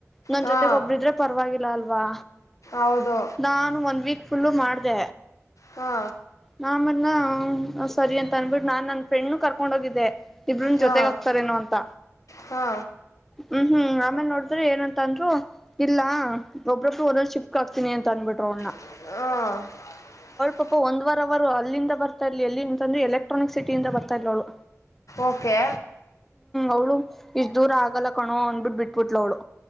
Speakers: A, in the centre; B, on the left.
A: ನನ್
B: ಹಾ
A: ಜೊತೆಗ ಒಬ್ರಿದ್ರೆ ಪರವಾಗಿಲ್ಲ ಅಲ್ವಾ
B: ಹೌದು
A: ನಾನು ಒನ್ ವೀಕ್ ಫುಲ್ಲು ಮಾಡ್ದ
B: ಹಾ
A: ನನ್ನ ಸರಿ ಅಂತ ಅನ್ಬಿಟ್ಟು ನಾನ್ ನನ್ ಫ್ರೆಂಡ್ ಕರ್ಕೊಂಡ ಹೋಗಿದ್ದೆ ಇಬ್ರನ್
B: ಹಾ
A: ಜೊತೆಗ ಹಕ್ತಾರೇನೋ ಅಂತ
B: ಹಾ
A: ಹ್ಮ್ ಹ್ಮ್ ಆಮೇಲ್ ನೋಡಿದ್ರೆ ಏನಂತ ಅಂದ್ರು ಇಲ್ಲಾ ಒಬ್ಬ್ರೊಬ್ರು ಒಂದೊ ಶಿಫ್ಟ್ ಹಾಕ್ತಿನಿ ಅನ್ಬಿಟ್ರರು ಅವನ
B: ಹ್ಮ
A: ಪಾಪ ಒಂದು ವಾರ ಅವರು ಅಲ್ಲಿಂದ ಬರ್ತಾ ಇರ್ಲಿ ಎಲ್ಲಿ ಅಂತಂದ್ರೆ ಎಲೆಕ್ಟ್ರಾನಿಕ್ ಸಿಟಿಯಿಂದ ಬರ್ತಾ ಇಲವಳು
B: ಓಕೆ
A: ಅವ್ಳು ಇಷ್ಟ್ ದೂರ ಆಗಲ್ಲ ಕಣೋ ಅಂದ್ಬಿಟ್ಟ ಬಿಟ್ಬಿಟ್ಲೋಡು